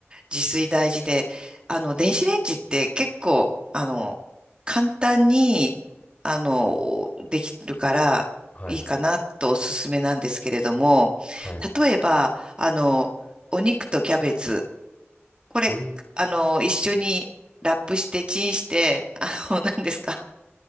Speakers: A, on the right; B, on the left.
A: 自炊大事で、あの、電子レンジって結構、あの、簡単に、あの、できるからいいかなとおすすめなんですけれども、
B: はい、はい。
A: 例えば、あの、お肉とキャベツ、これ、
B: うん。
A: あの、一緒にラップしてチンして、<laughs> あの、何ですか